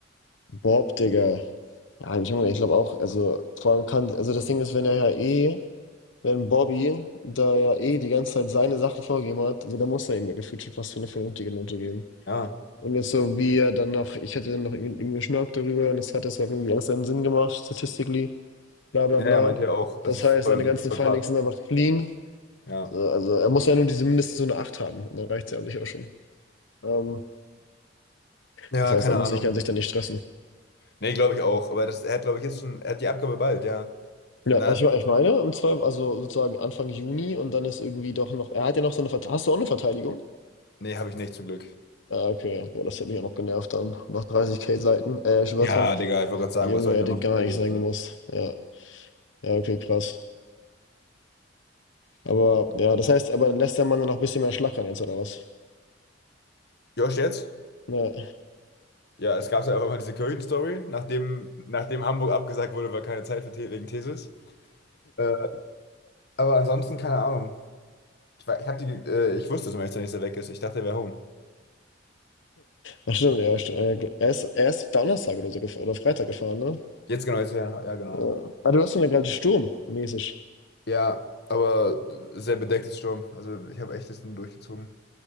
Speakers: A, on the left; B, on the left.
A: Bob, Digga. Ja, Junge, ich glaube auch, also vor allem kann, also das Ding ist, wenn er ja eh, wenn Bobby da ja eh die ganze Zeit seine Sachen vorgegeben hat, also da muss er ihm ja gefühlt schon fast für eine vernünftige Note geben.
B: Ja.
A: Und jetzt so wie er dann noch, ich hatte dann noch irgendwie mit ihm darüber und es hat das ja irgendwie alles seinen Sinn gemacht, statistically, bla bla
B: Ja,
A: bla.
B: ja, meinte er auch. Das
A: Das
B: ist
A: heißt,
B: voll,
A: seine
B: das
A: ganzen
B: ist voll
A: Findings
B: passt.
A: sind einfach clean.
B: Ja.
A: So, also er muss ja nur diese mindestens so eine 8 haben. Und dann reicht es ja an sich auch schon. Ähm,
B: Ja,
A: das heißt,
B: keine
A: er muss
B: Ahnung.
A: sich ganz sich dann nicht stressen.
B: Nee, glaube ich auch. Aber das, er hat, glaube ich, jetzt schon, er hat die Abgabe bald, ja.
A: Ja,
B: Und dann
A: also
B: hat,
A: ich, me- ich meine, im Zweifel, also sozusagen Anfang Juni und dann ist irgendwie doch noch, er hat ja noch so eine Verteidigung. Hast du auch eine Verteidigung?
B: nee, habe ich nicht zum Glück.
A: Ah, okay. Boah, das hätte mich auch noch genervt dann. Nach 30k Seiten, äh, Wörtern.
B: Ja, Digga, ich wollte gerade sagen,
A: Der Junge,
B: was soll
A: hätte
B: ich auch noch
A: gar
B: verteidigen?
A: nicht sein
B: Ne?
A: gemusst. Ja, ja, okay, krass. Aber ja, das heißt, aber lässt der Mann dann noch ein bisschen mehr schlackern jetzt, oder was?
B: Josh jetzt?
A: Ja,
B: Ja, es gab ja auch immer diese Kirchen-Story, nachdem, nachdem Hamburg abgesagt wurde, weil keine Zeit für The wegen Thesis. Äh, aber ansonsten keine Ahnung. Ich, war- ich, hab die, äh, ich wusste, dass Meister nicht so weg ist. Ich dachte, er wäre home.
A: das stimmt, ja, stimmt. ja, Er ist, er ist Donnerstag oder so gef- oder Freitag gefahren, ne?
B: Jetzt genau, jetzt ja, ja, genau.
A: Ja. Ah, du hast ja gerade Sturm, mäßig.
B: Ja, aber sehr bedecktes Sturm. Also ich habe echt das nur durchgezogen.